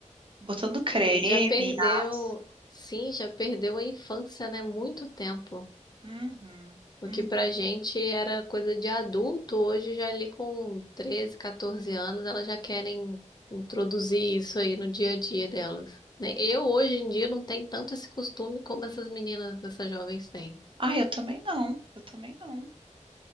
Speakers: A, on the right (about 45°); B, on the left (about 35°).
A: botando creme,
B: Você Já perdeu,
A: as...
B: sim, já perdeu a infância, né? Muito tempo.
A: Uhum,
B: O
A: uhum.
B: que pra gente era coisa de adulto, hoje já ali com 13, 14 anos, elas já querem introduzir isso aí no dia a dia delas. né? Eu hoje em dia não tenho tanto esse costume como essas meninas, essas jovens têm.
A: Ah, eu também não, eu também não.